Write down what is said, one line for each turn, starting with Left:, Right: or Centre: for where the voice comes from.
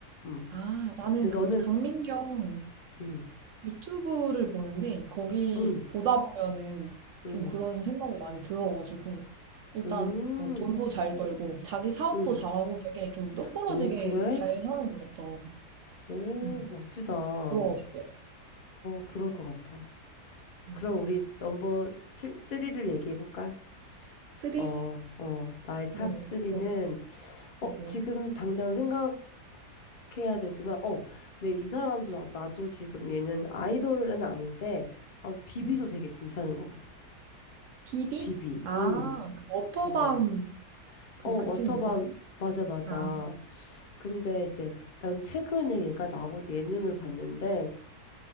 Left: 음.
Right: 아, 나는
Left: 근데
Right: 그
Left: 너는
Right: 강민경
Left: 음.
Right: 유튜브를 보는데 거기
Left: 음.
Right: 보다 보면은
Left: 음.
Right: 좀 그런 생각이 많이 들어가지고 일단
Left: 음.
Right: 어, 돈도 잘 벌고 자기 사업도
Left: 음.
Right: 잘하고 되게 좀 똑부러지게
Left: 오, 그래?
Right: 잘 사는 것 같더라고.
Left: 오,
Right: 음,
Left: 멋지다. 어,
Right: 부러웠어.
Left: 그럴 것 같아.
Right: 음.
Left: 그럼 우리 넘버 3를 얘기해 볼까?
Right: 쓰리?
Left: 어, 어, 나의 탑
Right: 음,
Left: 3는,
Right: 어,
Left: 어,
Right: 그거.
Left: 지금 당장 생각 해야 되지만, 어, 근데 이 사람도 나, 나도 지금 얘는 아이돌은 아닌데, 어, 비비도
Right: 음.
Left: 되게 괜찮은 것 같아.
Right: 비비?
Left: 비비,
Right: 아,
Left: 음
Right: 그 워터밤
Left: 음
Right: 그,
Left: 어, 워터밤,
Right: 그 친구인가?
Left: 맞아, 맞아.
Right: 아,
Left: 근데 이제 난 최근에 얘가 나온 예능을 봤는데,